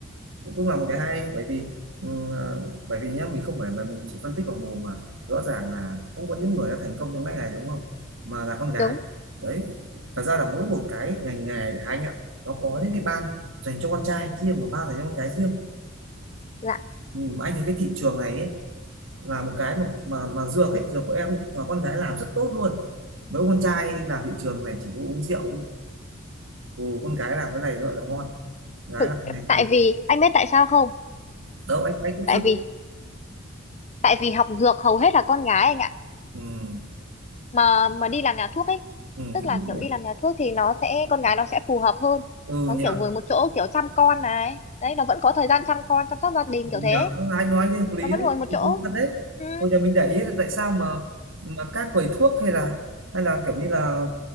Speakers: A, on the right (about 70°); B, on the left (about 35°).
A: cũng cũng là một cái hay bởi vì ừm, ờ, bởi vì nhá mình không phải mà mình chỉ phân tích vào mồm mà rõ ràng là cũng có những người đã thành công trong ngành này đúng không mà là con gái
B: đúng
A: đấy thật ra là mỗi một cái ngành nghề thì anh ạ nó có những cái ban dành cho con trai riêng và ban dành cho con gái riêng
B: dạ
A: Ừm, mà anh thấy cái thị trường này ấy, là một cái mà mà, mà dược ấy dược của em ấy, mà con gái làm rất tốt luôn mấy ông con trai làm thị trường này chỉ có uống rượu thôi ừ, con gái làm cái này gọi là ngon gái
B: thực
A: làm cái này
B: tại vì anh biết tại sao không
A: đâu anh anh cũng
B: tại
A: chưa
B: vì tại vì học dược hầu hết là con gái anh ạ
A: ừ,
B: mà mà đi làm nhà thuốc ấy
A: ừ,
B: tức
A: cũng
B: là
A: đúng
B: kiểu
A: nhỉ
B: đi làm nhà thuốc thì nó sẽ con gái nó sẽ phù hợp hơn
A: ừ
B: nó
A: nhỉ
B: kiểu ngồi một chỗ kiểu chăm con này đấy nó vẫn có thời gian chăm con chăm sóc gia đình
A: Dạ,
B: kiểu thế
A: anh nói anh thấy hợp lý
B: nó vẫn
A: đấy
B: ngồi một
A: đúng
B: chỗ
A: đúng thật đấy
B: ừ.
A: bây giờ mình để ý là tại sao mà mà các quầy thuốc hay là hay là kiểu như là